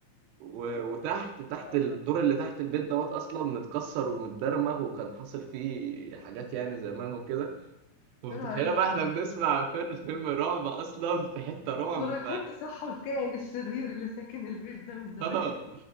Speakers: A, on the right (about 85°); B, on the left (about 80°).
A: و- وتحت تحت
B: شاء
A: الدور
B: الله
A: اللي تحت البيت دوت أصلا متكسر ومتدرمغ وكان حاصل فيه حاجات يعني زمان وكده فمتخيلة
B: يا نهار أسود
A: بقى
B: عليكم
A: احنا بنسمع فيلم فيلم رعب اصلا في حتة رعب
B: دول رايحين تصحوا الكائن الشرير اللي ساكن البيت ده من زمان
A: اه